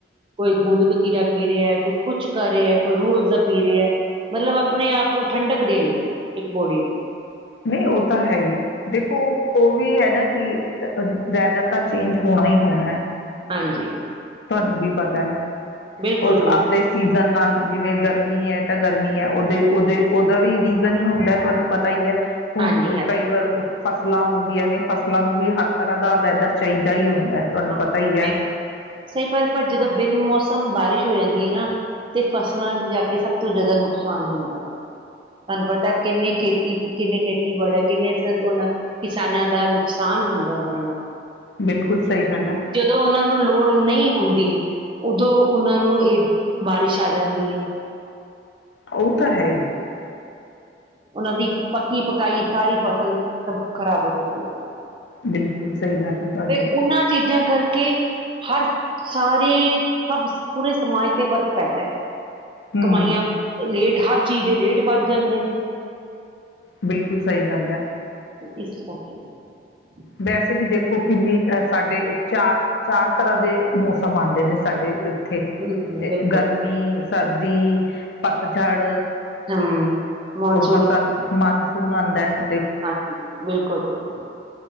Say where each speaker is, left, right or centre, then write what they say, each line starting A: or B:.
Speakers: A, on the right; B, on the left.
A: ਕੋਈ ਗੂੰਦ ਕਤੀਰਾ ਪੀ ਰਿਹਾ ਕੋ ਕੁੱਛ ਕਰ ਰਿਹਾ ਕੋਈ ਰੂਹ ਅਫਜ਼ਾ ਪੀ ਰਿਹਾ ਐ <unintelligible> ਮਤਲਬ ਆਪਣੇ ਆਪ ਨੂੰ ਠੰਡਕ ਦੇਣ ਇੱਕ ਬੋਡੀ ਨੂੰ
B: ਨਹੀਂ ਉਹ ਤਾਂ ਹੈ ਹੀ ਦੇਖੋ ਉਹ ਵੀ ਹੈ ਨਾ ਕਿ ਵੈਦਰ ਤਾਂ ਚੇਂਜ ਹੋਣਾ ਹੀ ਹੋਣਾ ਏ
A: ਹਾਂਜੀ।
B: ਤੁਹਾਨੂੰ ਵੀ ਪਤਾ ਹੈ
A: ਬਿਲਕੁਲ
B: ਉਸ
A: ਬਿਲਕੁਲ
B: ਆਪਦੇ ਸੀਜ਼ਨ ਨਾਲ ਜਿਵੇਂ ਗਰਮੀ ਹੈ ਤਾਂ ਗਰਮੀ ਹੈ ਉਹਦੇ ਉਹਦੇ ਉਹਦਾ ਵੀ ਰੀਜ਼ਨ ਹੀ ਹੁੰਦਾ ਤੁਹਾਨੂੰ ਪਤਾ ਹੀ ਹੈ। ਹੁਣ
A: ਹਾਂਜੀ
B: ਕ
A: ਹੈ
B: ਕਈ ਵਾਰ ਫਸਲਾਂ ਹੁੰਦੀਆਂ ਨੇ ਫਸਲਾਂ ਨੂੰ ਵੀ ਹਰ ਤਰ੍ਹਾਂ ਦਾ ਵੈਦਰ ਚਾਹੀਦਾ ਹੀ ਹੁੰ ਦੇ ਤੁਹਾਨੂੰ
A: ਹਾਂ
B: ਪਤਾ ਈ ਹੈ।
A: ਬਿਲਕੁਲ ਸਹੀ ਪਰ ਪਰ ਜਦੋਂ ਬਿਨ ਮੌਸਮ ਬਾਰਿਸ਼ ਹੋ ਜਾਂਦੀ ਹੈ ਨਾ ਤੇ ਫਸਲਾਂ ਚ ਜਾ ਕੇ ਸਬ ਬੋਤ ਜ਼ਿਆਦਾ ਨੁਕਸਾਨ ਹੁੰਦਾ। ਤੁਹਾਨੂੰ ਪਤਾ ਕਿੰਨੇ ਖੇਤੀ ਕਿੰਨੇ ਖੇਤੀਬਾੜ ਹੈ ਕਿੰਨੇ ਉਹਨਾਂ ਕਿਸਾਨਾਂ ਦਾ ਨੁਕਸਾਨ ਹੁੰਦਾ ਉਹਨਾਂ ਦਾ।
B: ਬਿਲਕੁਲ ਸਹੀ ਗੱਲ ਹੈ।
A: ਜਦੋਂ ਉਹਨਾਂ ਨੂੰ ਲੋੜ ਨਹੀਂ ਹੁੰਦੀ ਉਦੋਂ ਉਹਨਾਂ ਨੂੰ ਇਹ ਬਾਰਿਸ਼ ਆ ਜਾਂਦੀ ਹੈ।
B: ਉਹ ਤਾਂ ਹੈ ਈ।
A: ਉਹਨਾਂ ਦੀ ਪੱਕੀ ਪਕਾਈ ਸਾਰੀ ਫਸਲ ਖਰਾਬ ਹੋ ਜਾਂਦੀ ਹੈ ਸਾਰੀ
B: ਬਿਲਕੁਲ ਸਹੀ ਗੱਲ ਹੈ ਤੁਹਾਡੀ
A: ਫਿਰ ਉਹਨਾਂ ਚੀਜ਼ਾਂ ਕਰਕੇ ਹਰ ਸਾਰੇ ਸਭ ਪੂਰੇ ਸਮਾਜ ਤੇ ਫਰਕ ਪੈਂਦਾ ਹੈ
B: ਹੂੰ।
A: ਕਮਾਈਆਂ ਰੇਟ ਹਰ ਚੀਜ਼ ਦੇ ਰੇਟ ਵੱਧ ਜਾਂਦੇ ਨੇ।
B: ਬਿਲਕੁਲ ਸਹੀ ਗੱਲ ਹੈ।
A: <unintelligible>
B: ਵੈਸੇ ਵੀ ਦੇਖੋ ਕਿੰਨੀ ਅਹ ਸਾਡੇ ਚਾਰ ਚਾਰ ਤਰ੍ਹਾਂ ਦੇ ਕਮ ਆਂਦੇ ਨੇ ਸਾਡੇ। ਥੇ
A: ਹਮ, ਬਿਲਕੁਲ
B: ਗਰਮੀ ਸਰਦੀ ਪਤਝੜ
A: ਹਮ ਮੌਨਸੂਨ
B: ਅਔਰ ਬਸੰਤ ਮੰ ਸੂਨ ਆਂਦਾ ਹੈ।
A: ਹਾਂਜੀ, ਬਿਲਕੁਲ ਬਿਲਕੁਲ